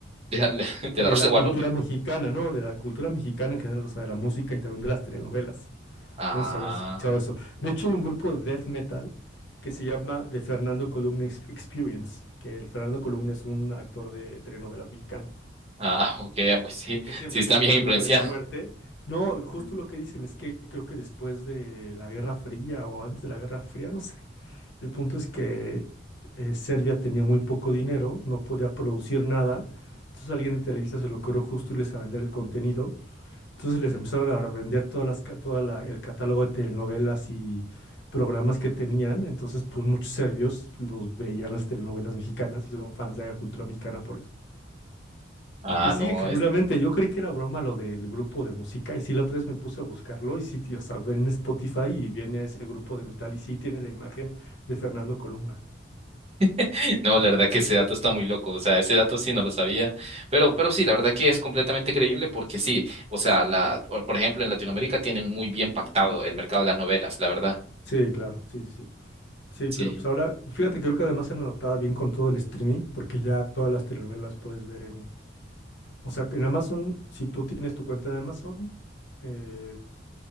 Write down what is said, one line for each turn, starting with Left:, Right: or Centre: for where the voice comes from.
Right: de la, <laughs> de
Left: de
Right: la Rosa
Left: la
Right: de
Left: cultura
Right: Guadalupe.
Left: mexicana, ¿no? De la cultura mexicana en general, o sea, de la música y también de las telenovelas.
Right: Ah,
Left: No sé si habías escuchado eso. De hecho, hay un grupo de death metal que se llama The Fernando Columna Ex- Experience, que el Fernando Columna es un actor de telenovelas mexicano,
Right: ah, <laughs> ok, ah, pues sí,
Left: que siempre
Right: sí están
Left: es como
Right: bien influenciados.
Left: el héroe fuerte. No, justo lo que dicen es que creo que después de la Guerra Fría o antes de la Guerra Fría, no sé. El punto es que eh, Serbia tenía muy poco dinero, no podía producir nada. Entonces a alguien de Televisa se le ocurrió justo irles a vender el contenido entonces les empezaron a revender todas las, ca- toda la- el catálogo de telenovelas y programas que tenían. Entonces, pues muchos serbios los veían las telenovelas mexicanas y son fans de la cultura mexicana por eso.
Right: Ah,
Left: Y sí,
Right: no,
Left: genuinamente,
Right: es,
Left: yo creí que era broma lo del grupo de música. Y sí, la otra vez me puse a buscarlo y sí, tío, o sea, ven en Spotify y viene a ese grupo de metal y sí tiene la imagen de Fernando Colunga.
Right: <laughs> no, la verdad que ese dato está muy loco, o sea, ese dato sí no lo sabía, pero, pero sí, la verdad que es completamente creíble porque sí, o sea, la, por por ejemplo, en Latinoamérica tienen muy bien pactado el mercado de las novelas, la verdad.
Left: Sí, claro, sí, sí, sí. Sí,
Right: Sí.
Left: pero pues ahora, fíjate, creo que además se han adaptado bien con todo el streaming, porque ya todas las telenovelas puedes ver en, O sea, que en Amazon, si tú tienes tu cuenta de Amazon, eh,